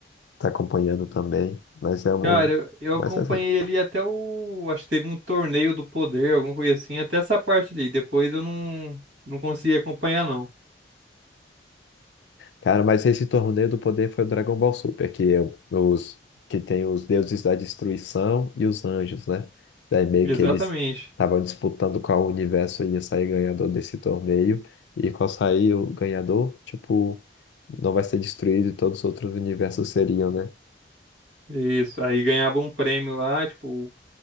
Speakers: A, on the left; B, on the right.
A: tá acompanhando também, mas é um
B: Cara, eu, eu
A: mais
B: acompanhei
A: recente.
B: ali até o. Acho que teve um torneio do poder, alguma coisa assim, até essa parte ali. Depois eu não, não consegui acompanhar, não.
A: Cara, mas esse torneio do poder foi o Dragon Ball Super, que, é os, que tem os deuses da destruição e os anjos, né? Daí meio
B: Exatamente.
A: que eles estavam disputando qual universo ia sair ganhador desse torneio, e qual sair o ganhador, tipo, não vai ser destruído e todos os outros universos seriam, né?
B: Isso. Aí ganhava um prêmio lá, tipo.